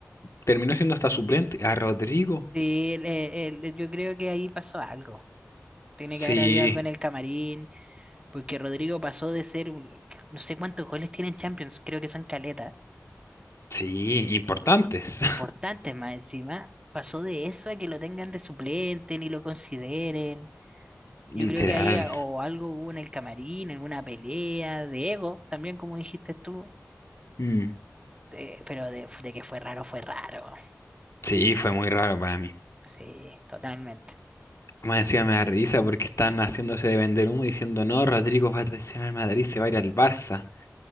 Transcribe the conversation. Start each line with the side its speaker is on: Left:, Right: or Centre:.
Left: terminó siendo hasta suplente. A Rodrigo.
Right: Sí, el- el- el- yo creo que ahí pasó algo. Tiene que
Left: Sí,
Right: haber habido algo en el camarín, porque Rodrigo pasó de ser, un- no sé cuántos goles tiene en Champions, creo que son caletas,
Left: sí, importantes.
Right: importantes
Left: <laughs>
Right: más encima. Pasó de eso a que lo tengan de suplente, ni lo consideren.
Left: Literal.
Right: Yo creo que ahí a- o algo hubo en el camarín, alguna pelea de ego, también como dijiste tú,
Left: Mm.
Right: eh, pero de, de que fue raro, fue raro.
Left: Sí, fue muy raro para mí.
Right: Sí, totalmente.
Left: Más encima me da risa porque están haciéndose de vender humo diciendo, no, Rodrigo va a traicionar al Madrid, se va a ir al Barça.